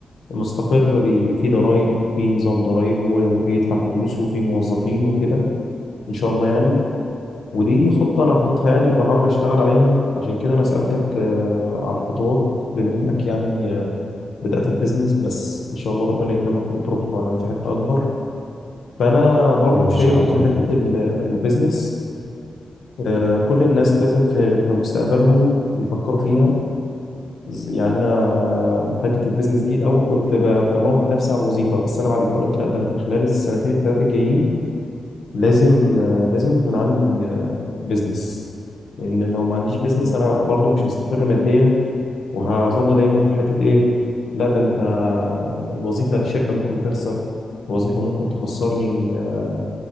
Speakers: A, on the left; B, on the right.
A: مستقر بي- في ضرايب في نظام ضرايب وبيدفع فلوس وفي موظفين وكده إن شاء الله يعني ودي خطة أنا حاططها يعني وبحاول أشتغل عليها عشان كده أنا سألتك آه، على الخطوات بما إنك يعني آه، بدأت البيزنس بس إن شاء الله ربنا يكرمك وتروح آه، في حتة أكبر فأنا برضو
B: إن
A: شايف
B: شاء
A: إن
B: الله
A: حتة ال- البيزنس آه، كل الناس لازم في في مستقبلهم يفكروا فيها ز- يعني انا حته البيزنس دي الاول كنت ب- بموت نفسي على الوظيفه بس انا بعد كده قلت لا ده انا في خلال السنتين الثلاثه الجايين لازم آه، لازم يكون عندي بيزنس لان لو ما عنديش بيزنس انا برضو مش هستقر ماديا وهظل دايما في حته ايه لا ده انت الوظيفه الشركه ممكن تخسر الوظيفه ممكن تخسرني آه،